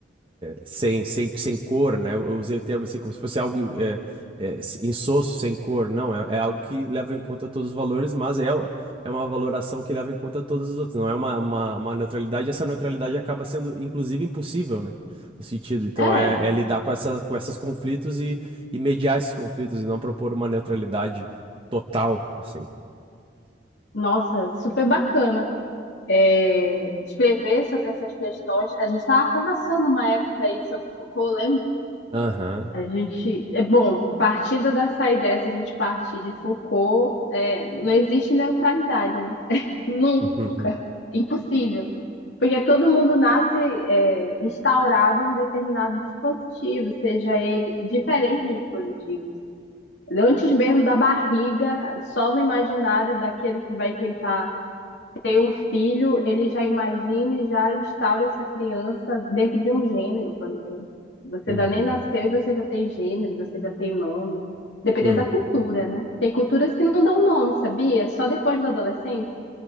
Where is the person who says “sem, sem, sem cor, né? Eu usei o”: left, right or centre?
Right